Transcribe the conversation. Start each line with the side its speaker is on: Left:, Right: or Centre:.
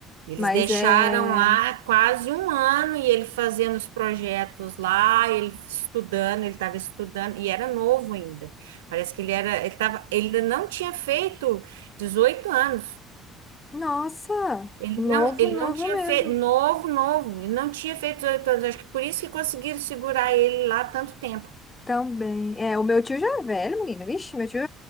Right: Eles
Left: Mas
Right: deixaram
Left: é.
Right: lá quase um ano e ele fazendo os projetos lá, ele estudando, ele estava estudando e era novo ainda. Parece que ele era, ele tava, ele ainda não tinha feito 18 anos.
Left: Nossa,
Right: Ele
Left: novo,
Right: não, ele
Left: novo
Right: não tinha
Left: mesmo.
Right: feito novo, novo, ele não tinha feito 18 anos. Acho que por isso que conseguiram segurar ele lá tanto tempo.
Left: Também. É, o meu tio já é velho, menina. Vixe, meu tio